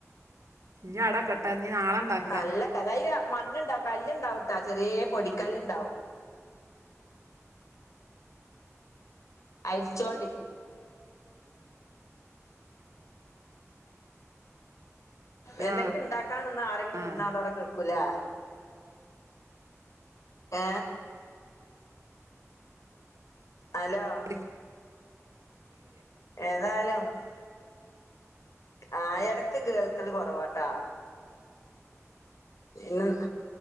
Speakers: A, on the right; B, on the left.
A: ഞ അട കെട്ടാ ഇനി നാളെ ഉണ്ടാക്കാം
B: അല്ല കഥാ അതിന് മണ്ണുണ്ടാവും കല്ല്ണ്ടാവട്ടാ ചെറിയ പൊടിക്കല്ലുണ്ടാവും അരിച്ചോണ്ടി എന്തെങ്കിലും
A: ആ
B: ഉണ്ടാക്കാ നിന്ന് ആരെങ്കിലും
A: ആ
B: വന്നാൽ അതവിടെ കിടക്കും ലേ ഏ ഹലോ
A: പൊടിക്കല്ലേ
B: ഏതായാലും ആ ഇടക്ക് കേൾക്കല് കുറവാട്ടാ പിന്നെ